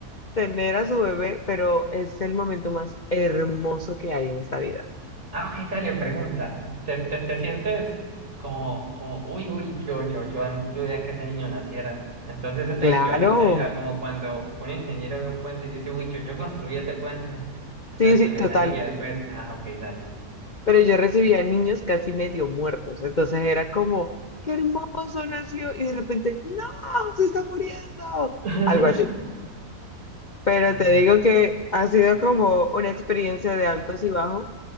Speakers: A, on the left (about 40°); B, on the right (about 55°).
A: tener a su bebé, pero es el momento más hermoso que hay en esta vida.
B: Ah, Ojeda dale, pregunta, ¿te, te, te sientes como, como, uy, uy, yo, yo, yo ayudé a que ese niño naciera? Entonces es
A: Claro,
B: el equivalente a como cuando un ingeniero ve un puente y dice, uy, yo, yo construí ese puente. Entonces
A: sí, sí,
B: si ves
A: total.
B: al niño después, ah, ok, dale.
A: Pero yo recibía niños casi medio muertos, entonces era como, qué hermoso nació, y de repente, no, se está muriendo,
B: <laughs>
A: algo así. Pero
B: Dale.
A: te digo que ha sido como una experiencia de altos y bajos,